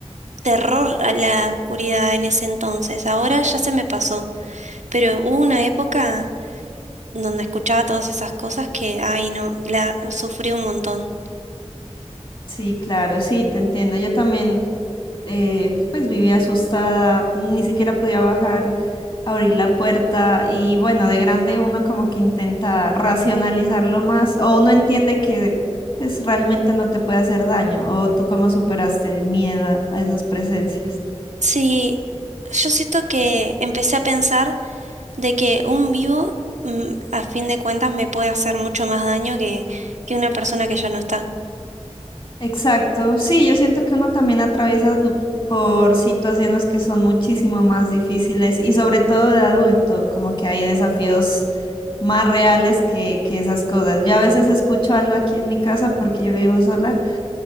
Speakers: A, on the right; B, on the left.
A: terror a la oscuridad en ese entonces. Ahora ya se me pasó, pero hubo una época donde escuchaba todas esas cosas que, ay no, la sufrí un montón.
B: Sí, claro, sí, te entiendo. Yo también, eh, pues vivía asustada, ni siquiera podía bajar, abrir la puerta y bueno, de grande uno como que intenta racionalizarlo más o uno entiende que pues realmente no te puede hacer daño o tú cómo superaste el miedo a a esas presencias.
A: Sí, yo siento que empecé a pensar de que un vivo, mm, a fin de cuentas, me puede hacer mucho más daño que, que una persona que ya no está.
B: Exacto, sí, yo siento que uno también atraviesa du- por situaciones que son muchísimo más difíciles y sobre todo de adulto, como que hay desafíos más reales que, que esas cosas. Yo a veces escucho algo aquí en mi casa porque yo vivo sola